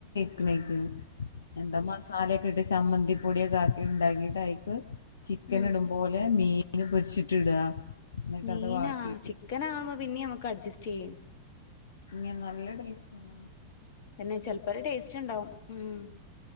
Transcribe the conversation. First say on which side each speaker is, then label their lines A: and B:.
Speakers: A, on the left; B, on the left.
A: ക്ക്ണേക്കും എന്താ മസാലൊക്കെ ഇട്ട് ചമ്മന്തി പൊടിയൊക്കെ ആക്കി ഉണ്ടാക്കിട്ട് ചിക്കൻ
B: ഉം
A: ഇടുംപോലെ മീനും പൊരിച്ചിട്ട് ഇടുക എന്നിട്ട്
B: മീനോ
A: അത് വാട്ടിയിട്ട്
B: ചിക്കൻ ആവുമ്പോ പിന്നെ നമ്മുക്ക് അഡ്ജസ്റ്റ് ചെയ്യേര്ന്നു
A: ഇ നല്ല ടേസ്റ്റ് ആണ്
B: തന്നെ ചെലപ്പോ ഒരു ടേസ്റ്റ് ഉണ്ടാവും ഉം